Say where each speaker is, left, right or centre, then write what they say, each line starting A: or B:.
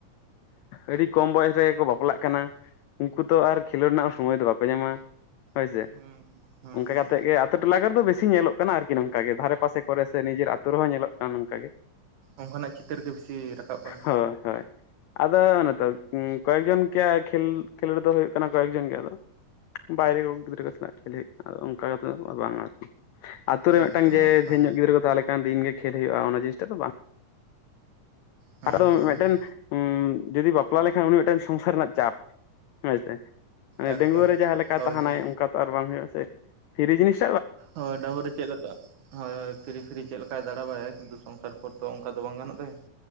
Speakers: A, on the left (about 85°); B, on the right (about 65°).
A: ᱟᱹᱰᱤ ᱠᱚᱢ ᱵᱚᱭᱮᱥ ᱨᱮᱜᱮ ᱠᱚ ᱵᱟᱯᱞᱟᱜ ᱠᱟᱱᱟ ᱩᱱᱠᱩ ᱛᱚ ᱟᱨ ᱠᱷᱮᱞᱳᱰ ᱨᱮᱱᱟᱜ ᱥᱚᱢᱚᱭ ᱫᱚ ᱵᱟᱠᱚ ᱧᱟᱢᱟ ᱦᱳᱭ
B: ᱦᱩᱸ
A: ᱥᱮ
B: ᱦᱩᱸ
A: ᱚᱱᱠᱟ
B: ᱦᱩᱸ
A: ᱠᱟᱛᱮᱮᱫ ᱜᱮ ᱟᱛᱳ ᱴᱚᱞᱟ ᱨᱮᱫᱚ ᱵᱮᱥᱤ ᱧᱮᱞᱚᱜ ᱠᱟᱱᱟ ᱟᱨᱠᱤ ᱱᱚᱝᱠᱟ ᱜᱮ ᱫᱷᱟᱨᱮ ᱯᱟᱥᱮ ᱠᱚᱨᱮ ᱥᱮ ᱱᱤᱡᱮᱨ ᱟ ᱟᱹᱛᱩᱳ ᱨᱮᱦᱚᱸ ᱧᱮᱞᱚᱜ ᱠᱟᱱᱟ ᱱᱚᱝᱠᱟ ᱜᱮ ᱾
B: ᱚᱱᱠᱟᱱᱟᱜ ᱪᱤᱛᱟᱹᱨ ᱜᱮ ᱵᱮᱥᱤ ᱨᱟᱠᱟᱵ ᱠᱟᱱᱟ
A: ᱦᱳᱭ ᱦᱳᱭ ᱟᱫᱚ ᱱᱤᱛᱚᱜ ᱠᱚᱭᱮᱠ ᱡᱚᱱ ᱜᱮ ᱠᱷᱮᱞ ᱠᱷᱮᱞᱳᱰ ᱫᱚ ᱦᱩᱭᱩᱜ ᱠᱟᱱᱟ ᱠᱚᱭᱮᱠ ᱡᱚᱱ ᱜᱮ ᱟᱫᱚ, ᱵᱟᱭᱨᱮ ᱠᱚ ᱜᱤᱫᱽᱨᱟᱹ ᱠᱚ ᱥᱟᱞᱟᱜ ᱠᱷᱮᱞ ᱦᱩᱭᱩᱜ ᱠᱟᱱᱟ ᱚᱱᱠᱟ ᱠᱟᱛᱮᱮᱫ ᱫᱚ ᱵᱟᱝ ᱟᱨᱠᱤ ᱾ ᱟᱛᱳ ᱨᱮ
B: ᱮᱠᱫᱚᱢ
A: ᱢᱤᱫᱴᱟᱝ ᱡᱮ
B: ᱮᱠᱫᱚᱢ
A: ᱫᱷᱮᱨᱧᱚᱜ ᱜᱤᱫᱽᱨᱟᱹ ᱠᱚ ᱛᱟᱦᱚᱞᱮ ᱠᱷᱟᱱ ᱫᱤᱱᱜ ᱜᱮ ᱠᱷᱮᱞ ᱦᱩᱭᱩᱜᱼᱟ ᱚᱱᱟ ᱡᱤᱱᱤᱥᱴᱟᱜ ᱫᱚ ᱵᱟᱝ ᱿
B: ᱦᱩᱸ
A: ᱟᱨᱫᱚ
B: ᱦᱩᱸ
A: ᱢᱤᱫᱴᱮᱱ
B: ᱦᱩᱸ
A: ᱩᱸ ᱡᱩᱫᱤ ᱵᱟᱯᱞᱟ ᱞᱮᱠᱷᱟᱱ ᱩᱱᱤ ᱢᱤᱫᱴᱟᱱ ᱥᱚᱝᱥᱟᱨ ᱨᱮᱱᱟᱜ ᱪᱟᱯ ᱦᱮᱭᱥᱮ
B: ᱮᱠᱫᱚᱢ
A: ᱰᱟᱺᱜᱩᱣᱟᱹ ᱨᱮ ᱡᱟᱦᱟᱸ ᱞᱮᱠᱟ
B: ᱦᱳᱭ
A: ᱛᱟᱦᱮᱱᱟᱭ
B: ᱦᱳᱭ
A: ᱚᱱᱠᱟ ᱛᱚ ᱟᱨ ᱵᱟᱝ ᱦᱩᱭᱩᱜᱼᱟᱥᱮ ᱯᱷᱤᱨᱨᱤ ᱡᱤᱱᱤᱥ ᱻᱻ
B: ᱦᱳᱭ ᱰᱟᱝᱜᱨᱤ ᱨᱮ ᱪᱮᱫ ᱞᱮᱠᱟ ᱦᱳᱭ ᱦᱳᱭ ᱯᱷᱤᱨᱨᱤ ᱯᱷᱤᱨᱤ ᱪᱮᱫ ᱞᱮᱠᱟᱭ ᱫᱟᱲᱟ ᱵᱟᱲᱟᱭᱟᱭ ᱠᱤᱱᱛᱩ ᱥᱚᱝᱥᱟᱨ ᱯᱚᱨ ᱛᱚ ᱟᱫᱚ ᱵᱟᱝ ᱜᱟᱱᱚᱜ ᱫᱟᱭᱟ ᱾